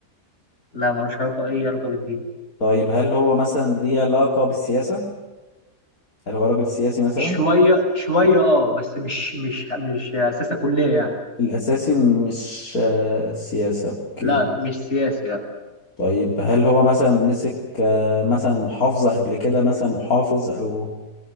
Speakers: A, on the left; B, on the left.
A: لا ملوش علاقه اي علاقه بالدين
B: طيب هل هو مثلا ليه علاقة بالسياسة؟ هل هو راجل سياسي مثلا
A: شويه شويه اه بس مش مش مش سياسه كليه يعني
B: الأساسي مش آه، سياسة أوكي
A: لا مش سياسي لا
B: طيب هل هو مثلا مسك آه، مثلا محافظة قبل كده مثلا محافظ أو